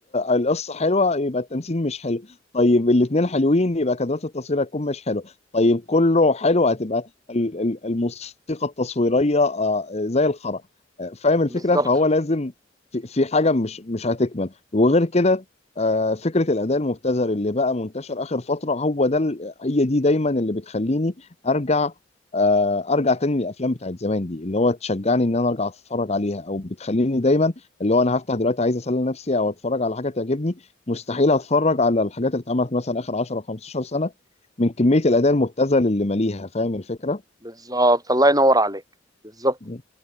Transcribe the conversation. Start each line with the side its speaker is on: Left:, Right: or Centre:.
Left: القصه حلوه يبقى التمثيل مش حلو طيب الاثنين حلوين يبقى كادرات التصوير هتكون مش حلوه طيب كله حلو هتبقى ال- ال- الموسيقى التصويريه آه، زي الخرا آه، فاهم الفكره
Right: بالظبط
Left: فهو لازم في في حاجه مش مش هتكمل وغير كده آه، فكره الاداء المبتذل اللي بقى منتشر اخر فتره هو ده ال- هي دي دايما اللي بتخليني ارجع آه، ارجع تاني للافلام بتاعت زمان دي اللي هو تشجعني ان انا ارجع اتفرج عليها او بتخليني دايما اللي هو انا هفتح دلوقتي عايز اسلي نفسي او اتفرج على حاجه تعجبني مستحيل اتفرج على الحاجات اللي اتعملت مثلا اخر 10 او 15 سنه من كميه الاداء المبتذل اللي ماليها فاهم الفكره
Right: بالظبط الله ينور عليك بالظبط
Left: م.